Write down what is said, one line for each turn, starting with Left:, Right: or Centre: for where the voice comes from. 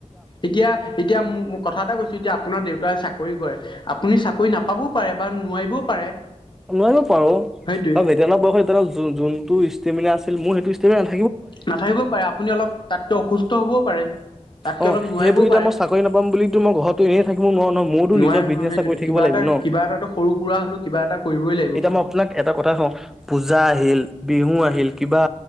Left: এতিয়া এতিয়া মোক কথা এটা কৈছো এতিয়া আপোনাৰ দেউতাই চাকৰি কৰে। আপুনি চাকৰি নাপাবও পাৰে বা নোৱাৰিবও পাৰে।
Centre: নোৱাৰিব পাৰো
Left: সেইটোৱে
Centre: আৰু <unintelligible> যোনটো তিমিলে আছিল মোৰ সেইটো ষ্টৰি-
Left: নাথাকিব পাৰে আপুনি অলপ তাতকৈ অসুস্থ। ত হ'বও পাৰে। তাতকে
Centre: অ
Left: অলপ নোৱাৰিবও
Centre: সেই বুলি এতিয়া
Left: পাৰে
Centre: মই চাকৰি নাপাম বুলি মই ঘৰতো এনেই থাকিব নোৱাৰো ন মইতো
Left: নোৱাৰে
Centre: নিজৰ
Left: নহয়
Centre: বিজনেচ
Left: সেইটোতো
Centre: এটা কৰি থাকিব
Left: কিবা
Centre: লাগিব
Left: এটা
Centre: ন
Left: কিবা এটাতো সৰু সুৰা হলেও কিবা এটা কৰিবই লাগিব
Centre: এতিয়া মই আপোনাক এটা কথা কওঁ। পূজা আহিল বিহু আহিল কিবা